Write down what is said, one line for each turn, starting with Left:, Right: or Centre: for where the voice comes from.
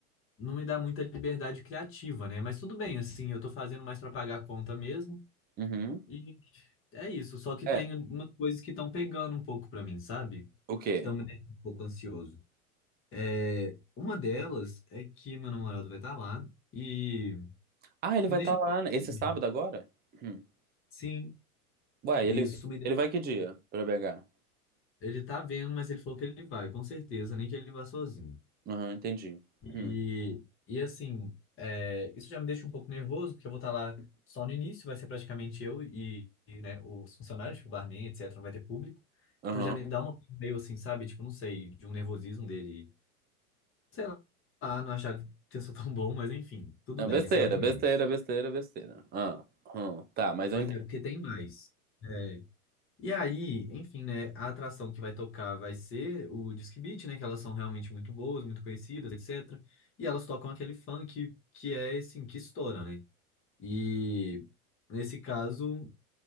Left: não me dá muita liberdade criativa, né? Mas tudo bem, assim, eu tô fazendo mais pra pagar a conta mesmo.
Right: Uhum.
Left: E é isso, só que
Right: É,
Left: tem umas coisas que estão pegando um pouco pra mim, sabe?
Right: o quê?
Left: Que estão me deixando um pouco ansioso. É, uma delas é que meu namorado vai estar lá e
Right: Ah, ele vai
Left: me deixa.
Right: estar lá né? esse
Left: doido.
Right: sábado agora? Hum.
Left: Sim,
Right: Uai,
Left: isso
Right: ele,
Left: me deixa.
Right: ele vai que dia pra BH?
Left: Ele tá vendo, mas ele falou que ele vai, com certeza, nem que ele vá sozinho.
Right: Aham, entendi.
Left: E,
Right: Hum,
Left: e assim, é, isso já me deixa um pouco nervoso, porque eu vou estar lá só no início, vai ser praticamente eu e, e, né, os funcionários, tipo, o barman, etc., não vai ter público.
Right: Aham.
Left: Então já me dá uma coisa meio assim, sabe? Tipo, não sei, de um nervosismo dele, sei lá, não achar que eu sou tão bom, mas enfim, tudo
Right: É
Left: bem,
Right: besteira,
Left: esse é o de menos.
Right: besteira, besteira, besteira. Ah, hum, tá, mas
Left: Pois
Right: eu entendo.
Left: é, porque tem mais. É, E aí, enfim, né? A atração que vai tocar vai ser o Disque Beat, né? Que elas são realmente muito boas, muito conhecidas, etc. E elas tocam aquele funk que é, assim, que estoura, né? E nesse caso,